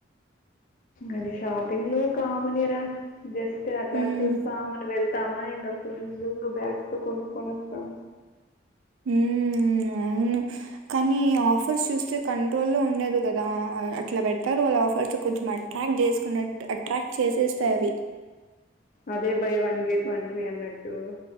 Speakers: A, on the left; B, on the right.
A: అది షాపిింగ్ లో కామనేరా జస్ట్ అట్లా
B: ఉమ్
A: చూస్తామ్ మని వెల్ ఇస్తామా ఇంగ ఫుల్ ఇంగ బాగ్స్ తో కొనుకొన్ని వస్తాం
B: హ్మ్ అవును కానీ ఆఫర్స్ చూస్తే కంట్రోల్లో ఉండదు కదా అట్లా పేడతారు వాళ్ళ ఆఫర్స్ కొంచెం అట్రాక్ట్ చేసుకున్నట్ అట్రాక్ట్ చేసేస్తాయి అవి
A: అదే buy one get one free అన్నట్టు